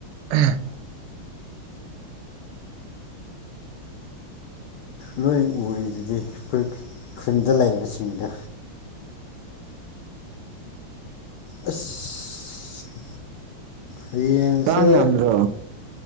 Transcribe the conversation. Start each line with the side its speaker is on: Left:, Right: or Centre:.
Right: ꯎ
Left: ꯅꯣꯏ ꯎꯔꯤꯗꯨꯗꯤ ꯑꯩꯈꯣꯏ ꯈꯨꯟꯗ ꯂꯩꯕꯁꯤꯡꯗ ꯑꯥꯁ ꯍꯌꯦꯡꯁꯦ
Right: ꯀꯥꯡ ꯌꯥꯝꯗ꯭ꯔꯣ